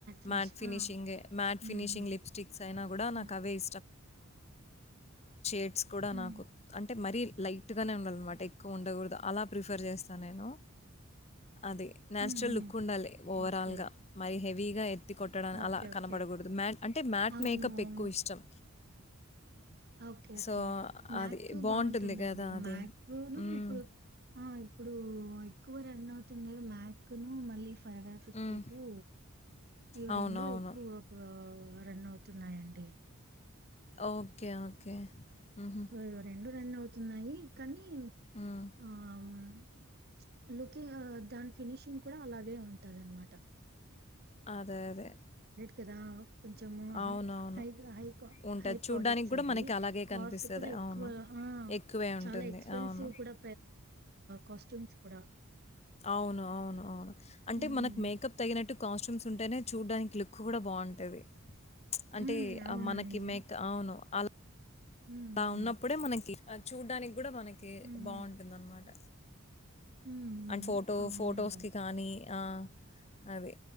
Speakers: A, on the right; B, on the left.
A: ఫినిష్.
B: మ్యాట్ ఫినిషింగే
A: ఆ!
B: మ్యాట్
A: హ్మ్.
B: ఫినిషింగ్
A: హ్మ్.
B: లిప్స్టిక్స్ అయినా కూడా
A: హ్మ్.
B: నాకు ఇ ఎక్ కూడా
A: హ్మ్.
B: నా అంట మ లైట్గానే ఉండాలన్నమాట ఎక్కువ ఉండకూడదు అలా ప్రిఫర్ చేస్తా నేను అది న్యాచురల్
A: హ్మ్. హ్మ్.
B: లుక్ ఉండాలి ఓవరాల్గా
A: ఓకే.
B: మరి హెవీగా ఎ ది కొట్టడానికి
A: ఓకే.
B: అలా కనపడకూడదు
A: ఓకే.
B: మ్యాట్ అంటే మ్యాట్
A: అవును.
B: మేకప్
A: అవును.
B: ఎక్కువ ఇష్టం
A: ఓకే ఓకే
B: సో
A: మ్యాక్
B: అది బాగుంటుంది
A: బాగుంటుందండి
B: కదా అది
A: మ్యాకును
B: మ్మ్.
A: ఇప్పుడు ఆ ఇప్పుడు ఎక్కువ రన్ అవుతుందిది మ్యాక్ ను మళ్ళీ ఫైవ్ హడ్ ఫిఫ్టీ
B: మ్మ్.
A: టటు ఇవి
B: అవును
A: రెండు
B: అవును
A: ఎక్కువ ఎ రన్న అవుతున్నాయంండి
B: ఓకే ఓకే ఉహు
A: సో, ఇవి రన్ అవుతున్నాయి కానీ
B: ఉమ్
A: ఆహ్, లుకింగ్ దాని ఫినిషింగ్ కూడా అలాగే ఉంటది అనమాట
B: అదే అదే
A: కదా కొంచం
B: అవునవును
A: హై హై
B: ఉంటుంది
A: హై ప్రోడక్ట్స్
B: చూడ్డానికి కూడా
A: అవి
B: మనకి అలాగే
A: కాస్ట్
B: కనిపిస్తుంది
A: కూడా ఎక్కువ
B: అవును
A: ఆ
B: ఎక్కువే
A: చాలా
B: ఉంటుంది
A: ఎక్స్పెన్సివ్
B: అవును
A: కూడా కాస్ట్యూమ్స్ కూడా
B: అవును అవును అవును అంటే
A: హ్మ్.
B: మనకు మేకప్ తగినట్టు కాస్ట్యూమ్స్ ఉంటేనే చూడ్డానికి లుక్ కూడా బాగుంటుంది
A: హ్మ్.
B: అంటే
A: అవునండి.
B: మనకి మేక్ అవును అలా
A: హ్మ్.
B: అలా ఉన్నప్పుడే
A: హ్మ్.
B: మనకి చూడ్డానికి కూడా మనకి
A: హ్మ్.
B: బాగుంటుందనమాట
A: హ్మ్. హ్మ్.
B: అండ్ ఫోటో
A: అవునండి.
B: ఫొటోస్కి కానీ ఆ అది.